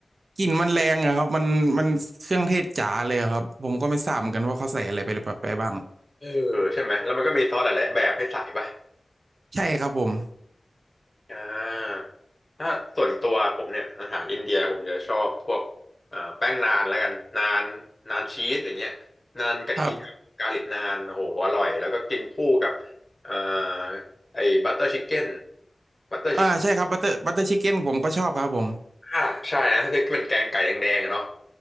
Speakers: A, on the right; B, on the left.
A: กลิ่นมันแรงอะครับมันมันเครื่องเทศจ๋าเลยอะครับผมก็ไม่ทราบเหมือนกันว่าเขาใส่อะไรไปไปบ้าง
B: เออใช่ไหมแล้วมันก็มีซอสหลายๆแบบให้ใส่ป่ะ
A: ใช่ครับผม
B: อ่าถ้าส่วนตัวผมเนี่ยอาหารอินเดียผมจะชอบพวกเอ่อแป้งนานแล้วกันนานนานชีสอย่างเงี้ยนานกระเทียมกาลิกนานโอ้โหอร่อยแล้วก็กินคู่กับ
A: ครับ
B: เอ่อไอ้บัตเตอร์ชิคเก้นบัตเตอร์ชิค
A: อ่าใช่ครับบัตเตอร์บัตเตอร์ชิคเก้นผมก็ชอบครับผม
B: อ่าใช่นะที่เป็นแกงไก่แดงๆอะเนาะ